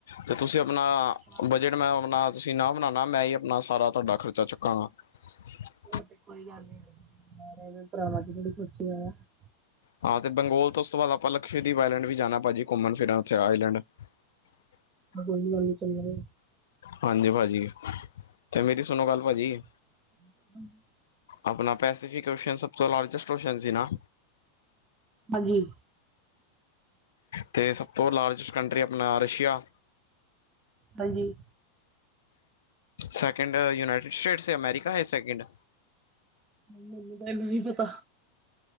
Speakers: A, on the left; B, on the right.
A: ਤੇ ਤੁਸੀਂ ਆਪਣਾ
B: ਅੱਛਾ
A: ਬਜਟ? ਮੈਂ ਆਪਣਾ ਤੁਸੀਂ ਨਾ ਬਣਾਉਣਾ ਮੈਂ ਈ ਆਪਣਾ ਸਾਰਾ ਤੁਹਾਡਾ ਖਰਚਾ ਚੁੱਕਾਂਗਾ! ਹ! <unintelligible>
B: ਹੋਰ ਤੇ ਕੋਈ ਗੱਲ ਨ <unintelligible>
A: ਹਾਂ ਤੇ ਬੰਗੋਲ ਤੋਂ ਉਸ ਤੋਂ ਬਾਅਦ ਆਪਾਂ ਲਕਸ਼ਦੀਪ ਆਇਲੈਂਡ ਵੀ ਜਾਣਾ ਭਾਜੀ ਘੁੰਮਣ ਫਿਰਨ ਉੱਥੇ ਆਈਲੈਂਡ? ਹ! <unintelligible>
B: ਨਾ ਕੋਈ ਗੱਲ ਨੀ ਚੱਲਾਗੇ।
A: ਹਾਂਜੀ ਭਾਜੀ ਤੇ ਮੇਰੀ ਸੁਨੋ ਗੱਲ ਭਾਜੀ।
B: ਹ
A: ਅਪਨਾ ਪੈਸੀਫਿਕ ਔਸ਼ਨ ਸਭ ਤੋਂ ਲਾਰਜਸਟ ਔਸ਼ਨ ਸੀ ਨਾ?
B: ਹਜੀ
A: ਤੇ ਸਭ ਤੋਂ ਲਾਰਜੈਸਟ ਕੰਟਰੀ ਅਪਨਾ ਰਸ਼ੀਆ।
B: ਹਂਜੀ।
A: ਸੈਕਿੰਡ ਯੂਨਾਈਟਡ ਸਟੇਟਸ ਅਮੈਰੀਕਾ ਏ ਸੈਕਿੰਡ
B: ਮੈਨੂੰ ਤਾਂ ਏਨਾ ਨਈ ਪਤਾ।